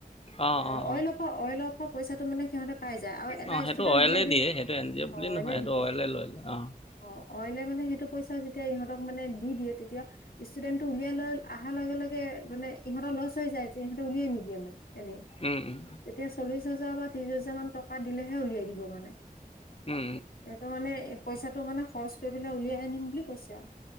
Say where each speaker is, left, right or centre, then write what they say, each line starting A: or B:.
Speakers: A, on the left; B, on the left.
A: অঁ
B: অ
A: অঁ
B: অইলৰ অইল অপ পইচাটো মানে সিহঁতে পাই যায় আৰু এটা
A: অ সেইটো
B: ষ্টুডেন্ট
A: অইলে
B: উলিয়াই
A: দিয়ে। সেইটো এন জি অ বুলি
B: অইলে
A: নহয়। সেইটো
B: দিব
A: অইলে লয়। অ
B: অ', অইলে মানে সেইটো পইচা যেতিয়া ইহঁতক মানে দি দিয়ে। তেতিয়া ষ্টুডেন্টটো উলিয়াই লৈ অহাৰ লগে লগে মানে ইহঁৰ লচ হৈ যাইছে ইহতে উলিয়াই নিদিয়ে মানে। এনেই,
A: উম উম
B: তেতিয়া চল্লিশ হাজাৰ বা ত্ৰিশ হাজাৰ মান টকা দিলেহে উলিয়াই দিব মানে,
A: উম
B: এইটো মানে এই পইচাটো মানে খৰচ কৰি পেলাই উলিয়াই আনিম বুলি কৈছে আৰু।